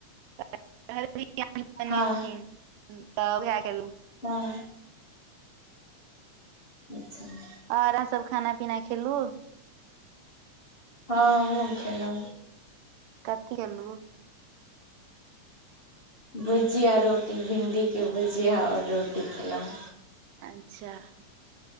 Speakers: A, on the right; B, on the left.
A: ‌ <unintelligible>
B: हँ
A: बने लखिन त <unintelligible> खेलू
B: हँ <inaudible>
A: आओर सब खाना पीना खेलु
B: हँ हमुँ खेलौ
A: कथी खेलु
B: भुजिया रोटी भिंडी के भुजिया आओर रोटी खेलह
A: अच्छा